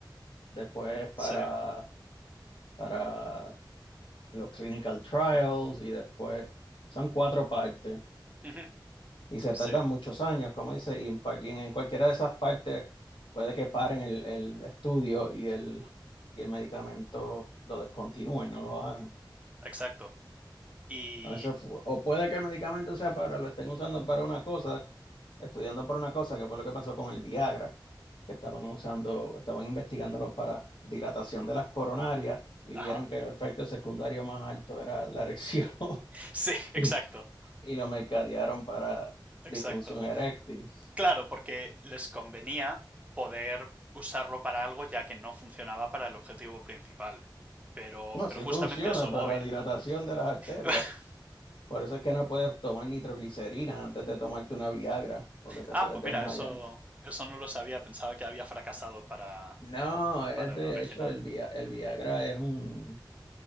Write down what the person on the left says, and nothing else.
después para,
para los clinical trials y después son cuatro partes
y se
tardan muchos años, como dice, y en, par- y en cualquiera de esas partes puede que paren el, el estudio y el, y el medicamento lo descontinúen, no lo hagan.
O, eso fu- o puede que el medicamento sea para, lo estén usando para una cosa, estudiando para una cosa, que fue lo que pasó con el Viagra, que estaban usando, estaban investigándolo para dilatación de las coronarias y
vieron
que el efecto secundario más alto era la erección <laughs>
y, y lo mercadearon para
disfunción eréctil.
No,
sí
funciona
para
dilatación de las arterias.
Por eso es que no puedes tomar nitroglicerina antes de tomarte una Viagra, porque te
puedes
desmayar.
No, es
de
hecho el, Via- el Viagra es un,